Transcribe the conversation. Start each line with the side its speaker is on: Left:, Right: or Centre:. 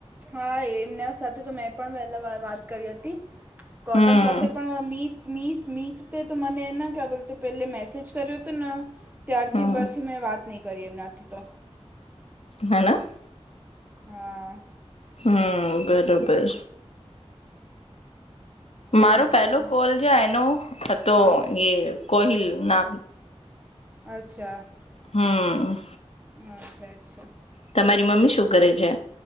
Right: હા એમના સાથે તો મેં પણ પહેલાં વાર વાત કરી હતી ગૌતમ
Left: હમ
Right: સાથે પણ મી મી મી તે તો મને એના ક બો પેલે મેસેજ કર્યો તો ત્યારથીબરથી
Left: હમ
Right: મેં વાત નહીં કરી એમનાથી તો
Left: હેના
Right: હા
Left: હમ બરોબર મારો
Right: બીજું
Left: પેલો
Right: તો
Left: કોલ છે, એનો હતો
Right: હા
Left: કોહિલ નામ
Right: અચ્છા
Left: હમ્મ
Right: અચ્છા અચ્છા
Left: તમારી મમ્મી શું કરે છે.